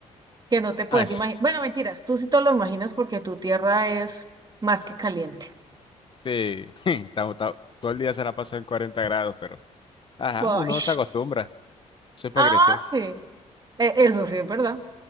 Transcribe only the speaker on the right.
que no te puedes
imaginar. Bueno, mentiras, tú sí te lo imaginas porque tu tierra es más que caliente.
Ay,
Ah,
sí. e- Eso sí, es verdad.